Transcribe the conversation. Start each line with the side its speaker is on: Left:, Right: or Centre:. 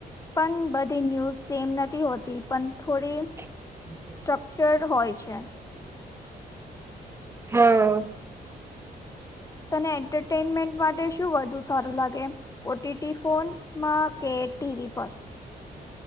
Left: પણ બધી ન્યૂઝ સેમ નથી હોતી પણ થોડી
Right: હમ્મ <inaudible>
Left: સ્ટ્રક્ચર્ડ હોય છે.
Right: હા.
Left: તને એન્ટરટેનમેન્ટ માટે શું વધુ સારું લાગે. ઓટીટી ફોનમાં કે ટીવી પર